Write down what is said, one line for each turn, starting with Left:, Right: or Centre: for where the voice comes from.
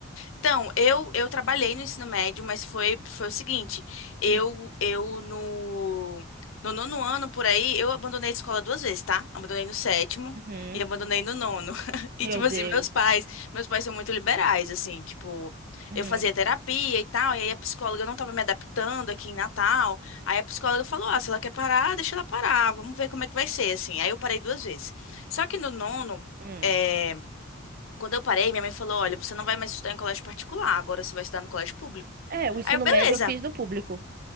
Left: Então, eu, eu trabalhei no ensino médio, mas foi, foi o seguinte, eu,
Right: Hum,
Left: eu no, no nono ano, por aí, eu abandonei a escola duas vezes, tá? Abandonei no sétimo
Right: uhum.
Left: e abandonei no nono. <laughs>
Right: Meu
Left: E, tipo
Right: Deus.
Left: assim, meus pais, meus pais são muito liberais, assim, tipo,
Right: Uhum,
Left: eu fazia terapia e tal, e aí a psicóloga não tava me adaptando aqui em Natal, aí a psicóloga falou, ah, se ela quer parar, deixa ela parar, vamos ver como é que vai ser, assim. Aí eu parei duas vezes. Só que no nono,
Right: hum.
Left: eh, quando eu parei, minha mãe falou: Olha, você não vai mais estudar em colégio particular, agora você vai estudar no colégio público.
Right: É, o ensino
Left: Aí eu, beleza.
Right: médio eu fiz no público.